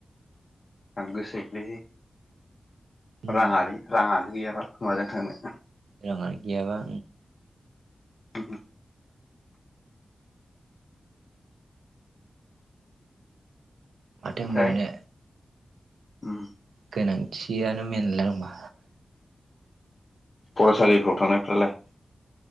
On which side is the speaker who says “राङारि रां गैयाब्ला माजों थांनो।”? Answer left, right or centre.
Left